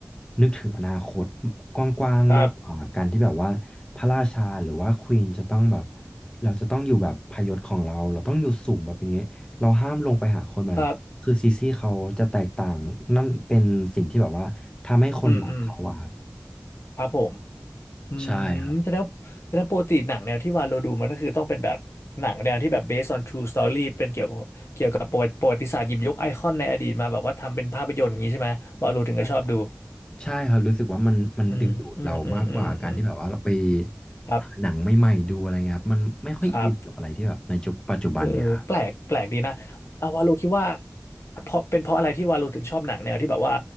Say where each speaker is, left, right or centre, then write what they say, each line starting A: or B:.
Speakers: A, on the left (about 20°); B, on the left (about 65°).
A: นึกถึงอนาคตกว้างๆมากกว่าการที่แบบว่าพระราชาหรือว่าควีนจะต้องแบบ
B: ครับ
A: เราจะต้องอยู่แบบพยศของเราเราต้องอยู่สูงแบบนี้เราห้ามลงไปหาคนแบบนั้นคือซีซี่เขาจะแตกต่างนั่นเป็นสิ่งที่แบบว่า
B: ครับ
A: ทำให้คนรักเขาอะครับ
B: อืม อืมครับผม อืมแสดงว่าแสดงว่าปกติหนังแนวที่วาโลดูมันก็คือต้องเป็นแบบหนังแนวที่แบบ
A: ใช่ครับ
B: based on true story เป็นเกี่ยวกับเกี่ยวกับประวัติประวัติศาสตร์หยิบยกไอคอนในอดีตมาแบบว่าทำเป็นภาพยนตร์อย่างนี้ใช่ไหมวาโลถึงก็ชอบดู
A: ใช่ใช่ครับรู้สึกว่ามันมันดึงดูดเรามากกว่าการที่แบบว่าเราไป
B: อืมอืม อืม อืม อืม ครับ
A: หาหนังใหม่ๆดูอะไรเงี้ยครับมันไม่ค่อยอินกับอะไรที่แบบในจุปัจจุบันเนี่ยครับ
B: ครับ เออแปลกแปลกดีนะเอาวาโลคิดว่าเพราะเป็นเพราะอะไรที่วาโลถึงชอบหนังแนวที่แบบว่า